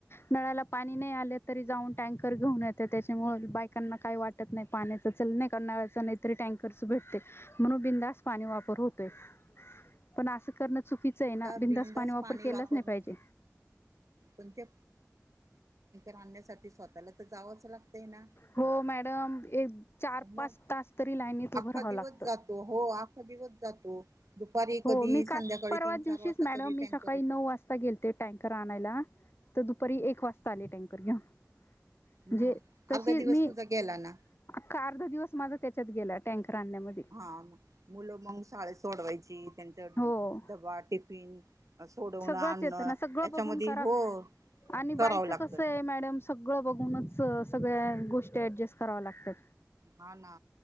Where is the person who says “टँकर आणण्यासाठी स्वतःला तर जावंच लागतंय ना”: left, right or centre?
Right